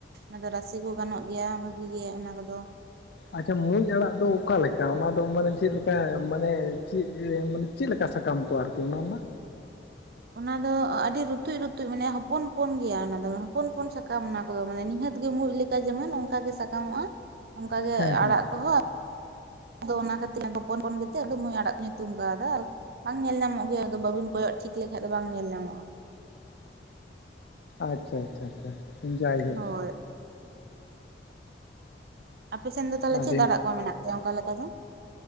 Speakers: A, on the right; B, on the left.
A: ᱟᱫᱚ ᱨᱟᱥᱮ ᱠᱚ ᱜᱟᱱᱚᱜ ᱜᱮᱭᱟ ᱵᱷᱟᱹᱜᱤ ᱜᱮᱭᱟ ᱚᱱᱟ ᱠᱚᱫᱚ᱾
B: ᱟᱪᱪᱷᱟ ᱢᱩᱸᱡ ᱟᱲᱟᱜ ᱫᱚ ᱚᱠᱟᱞᱮᱠᱟ? ᱚᱱᱟ ᱫᱚ ᱢᱟᱱᱮ ᱪᱮᱫ ᱞᱮᱠᱟ ᱢᱟᱱᱮ ᱪᱮᱫ ᱢᱟᱱᱮ ᱪᱮᱫ ᱞᱮᱠᱟ ᱥᱟᱠᱟᱢ ᱠᱚ ᱟᱨᱠᱤ ᱚᱱᱟ ᱢᱟ
A: ᱚᱱᱟ ᱫᱚ ᱟᱹᱰᱤ ᱨᱩᱛᱩᱡ ᱨᱩᱛᱩᱡ ᱢᱟᱱᱮ ᱦᱚᱯᱚᱱ ᱦᱚᱯᱚᱱ ᱜᱮᱭᱟ ᱚᱱᱟ ᱫᱚ ᱦᱚᱯᱚᱱ ᱦᱚᱯᱚᱱ ᱥᱟᱠᱟᱢ ᱚᱱᱟ ᱠᱚᱫᱚ ᱱᱤᱦᱟᱹᱛ ᱜᱮ ᱢᱩᱡ ᱞᱮᱠᱟ ᱡᱮᱢᱚᱱ ᱚᱱᱠᱟ ᱜᱮ ᱥᱟᱠᱟᱢᱚᱜᱼᱟ ᱚᱱᱠᱟ ᱜᱮ
B: ᱦᱮᱸ ᱦᱮᱸ
A: ᱟᱲᱟᱜ ᱠᱚᱦᱚᱸ ᱟᱫᱚ ᱚᱱᱟ ᱠᱷᱟᱹᱛᱤᱨ ᱦᱚᱯᱚᱱ ᱦᱚᱯᱚᱱ ᱜᱮᱛᱮ ᱟᱫᱚ ᱢᱩᱡ ᱟᱲᱟᱜ ᱠᱩ ᱧᱩᱛᱩᱢ ᱠᱟᱣᱫᱟ᱾ ᱵᱟᱝ ᱧᱮᱞ ᱧᱟᱢᱚᱜ ᱜᱮᱭᱟ ᱟᱫᱚ ᱵᱟᱹᱵᱤᱱ ᱠᱚᱭᱚᱜ ᱴᱷᱤᱠ ᱞᱮᱠᱷᱟᱡ ᱫᱚ ᱵᱟᱝ ᱧᱮᱞ ᱧᱟᱢᱚᱜᱼᱟ᱾
B: ᱟᱪᱪᱷᱟ ᱟᱪᱪᱷᱟ ᱪᱷᱟ ᱡᱟᱭᱦᱚ
A: ᱦᱳᱭ ᱟᱯᱮ ᱥᱮᱱ ᱫᱚ ᱛᱟᱦᱞᱮ
B: ᱟᱹᱰᱤ
A: ᱪᱮᱫ ᱟᱲᱟᱜ ᱠᱚ ᱢᱮᱱᱟᱜ ᱜᱮᱭᱟ ᱚᱱᱠᱟ ᱞᱮᱠᱟ ᱫᱚ